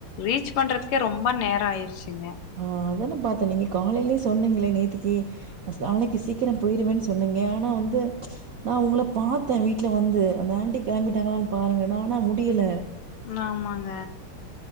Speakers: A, on the left; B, on the right.
A: ரீச் பன்றது கே ரொம்ப நேரம் ஆயிருச்சிங்க
B: ஆ அதானே பாத்த நீங்க காலேயிலே சொன்னீங்களே நேத்துக்கி நாளைக்கு சீக்கிரம் போயிருவே சொன்னி இங்க ஆனா வந்து நா உங்கள பாத்த வீட்ல வந்து அந்த ஆன்ட்டி கிளம்பிட்டாங்களான் பாருங்க நா ஆனா முடியல
A: ஆமாங்க